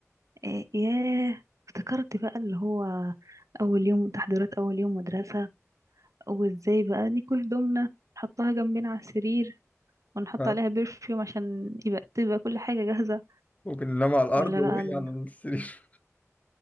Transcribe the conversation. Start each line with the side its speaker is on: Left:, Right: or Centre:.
Right: أه ياه افتكرت بقى اللي هو اول يوم تحضيرات اول يوم مدرسه وازاي بقى نكوي هدومنا نحطها جنبنا على السرير ونحط
Left: <laughs> آه.
Right: عليها برفيوم عشان يبقى تبقى كل حاجه جاهزه
Left: وبننام على الارض
Right: ولا
Left: وهي
Right: بقى
Left: على السرير